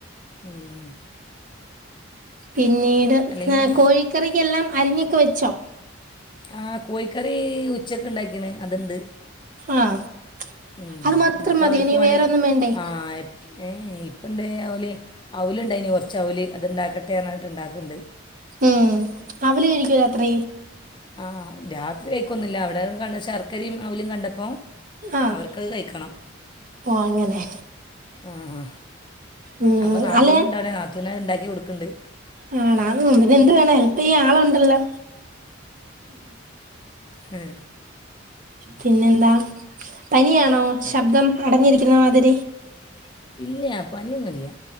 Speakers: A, on the left; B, on the right.
A: ഉം.
B: പിന്നീട്
A: അല്ലെങ്കിൽ
B: ആ കോഴിക്കറിക്കെല്ലാം അരിഞ്ഞൊക്കെ, വെച്ചോ?
A: ആഹ്, കോഴിക്കറി ഉച്ചക്ക് ഇണ്ടാക്കിണ് അത്ണ്ട്.
B: ആഹ്
A: ഉം
B: അത് മാത്രം
A: ഇപ്പവർക്ക്
B: മതിയോ ഇനി
A: പണി
B: വേറൊന്നും വേണ്ടേ
A: ആ ഏയ് ഏയ്, ഇപ്പെണ്ട് ഓല് അവുല് ഇണ്ടായിനി കെർച്ച് അവല് അത്ണ്ടാക്കട്ടെ പറഞ്ഞാട്ട് ഇണ്ടാക്ക്ണ്ട്.
B: ഉം അവുല് കഴിക്കോ രാത്രി?
A: ആഹ് രാത്രി കയിക്കൊന്നുല്ല അവിടെ കണ്ട ശർക്കരിം അവുലും കണ്ടപ്പോ
B: ആഹ്
A: അവർക്കത് കഴിക്കണം
B: ഓ അങ്ങനെ
A: ആഹ്
B: ഉം
A: അപ്പൊ നാത്തൂന്
B: അല്ലെ
A: ഇണ്ടവ്ടെ നാത്തൂന് അത് ഇണ്ടാക്കി കൊടുക്ക്ണ്ട്.
B: ആണോ? അതുണ്ട് പിന്നെന്ത് വേണം ഹെല്പ് ചെയ്യാൻ ആളുണ്ടല്ലോ?
A: ഹഹ
B: പിന്നെന്താ? പനിയാണോ? ശബ്ദം അടഞ്ഞിരിക്കുന്ന
A: ശബ്ദം
B: മാതിരി
A: അടഞ്ഞിരിക്കുന്ന മാതിരി? ഇല്ല്യ പനിയൊന്നുല്ല